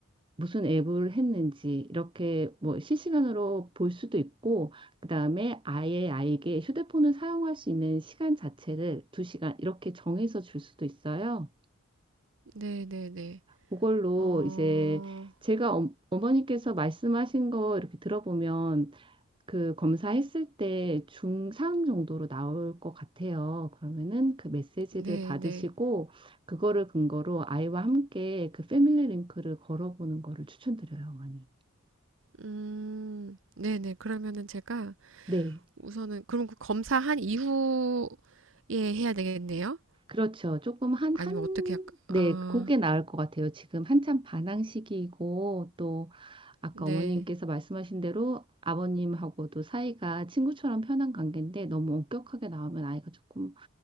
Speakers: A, on the right (about 25°); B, on the right (about 60°).
A: 무슨 앱을 했는지 이렇게 뭐 실시간으로 볼 수도 있고, 그다음에 아예 아이에게 휴대폰을 사용할 수 있는 시간 자체를 두시간 이렇게 정해서 줄 수도 있어요.
B: 네네네.
A: 그걸로
B: 어,
A: 이제 제가 어, 어머니께서 말씀하신 거 이렇게 들어보면 그 검사했을 때 중상 정도로 나올 것 같아요. 그러면은 그 메시지를
B: 네네.
A: 받으시고 그거를 근거로 아이와 함께 그 패밀리 링크를 걸어보는 거를 추천드려요, 어머니.
B: 음, 네네. 그러면은 제가
A: 네,
B: 우선은, 그럼 그 검사한 이후에 해야 되겠네요?
A: 그렇죠. 조금 한,
B: 아니면
A: 한,
B: 어떻게, 할까?
A: 네,
B: 아,
A: 그게 나을 것 같아요. 지금 한참 반항 시기이고 또 아까
B: 네.
A: 어머님께서 말씀하신 대로 아버님하고도 사이가 친구처럼 편한 관계인데 너무 엄격하게 나오면 아이가 조금